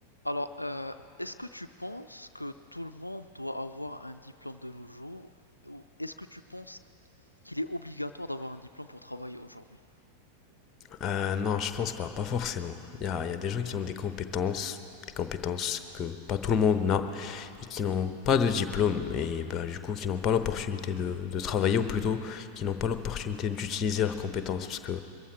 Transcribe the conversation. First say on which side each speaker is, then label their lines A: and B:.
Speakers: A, on the left; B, on the left.
A: Alors, euh, est-ce que tu penses que tout le monde doit avoir un diplôme de nos jours, ou est-ce que tu penses qu'il est obligatoire d'avoir un diplôme pour travailler aujourd'hui?
B: Euh, non, je pense pas, pas forcément. Il y a, il y a des gens qui ont des compétences, des compétences que pas tout le monde n'a, et qui n'ont pas de diplôme, et bah, du coup qui n'ont pas l'opportunité de, de travailler, ou plutôt qui n'ont pas l'opportunité d'utiliser leurs compétences, parce que